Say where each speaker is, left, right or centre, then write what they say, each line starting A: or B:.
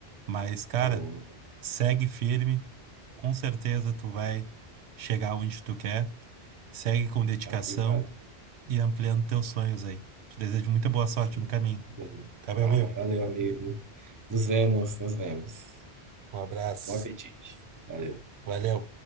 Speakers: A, on the right; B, on the right.
A: Mas, cara,
B: Então,
A: segue firme. Com certeza tu vai chegar onde tu quer. Segue com dedicação
B: ah, obrigado.
A: e ampliando teus sonhos aí. Te desejo muita boa sorte
B: Sim,
A: no caminho.
B: obrigado.
A: Tá, meu
B: Ah,
A: amigo?
B: valeu, amigo. Nos vemos, nos vemos.
A: Um abraço.
B: Bom apetite. Valeu.
A: Valeu.